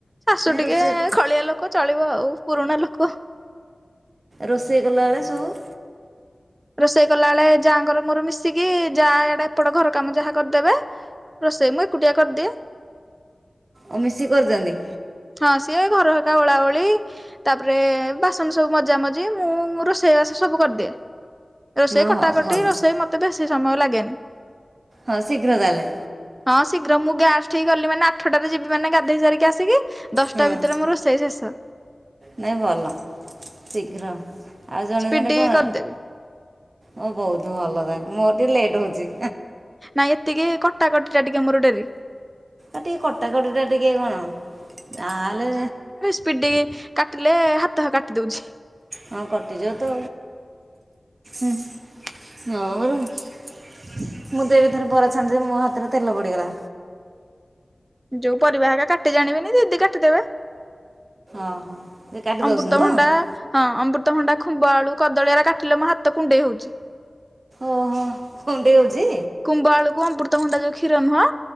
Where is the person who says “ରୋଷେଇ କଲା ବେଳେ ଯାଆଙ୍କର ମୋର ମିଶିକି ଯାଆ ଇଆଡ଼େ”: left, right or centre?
Right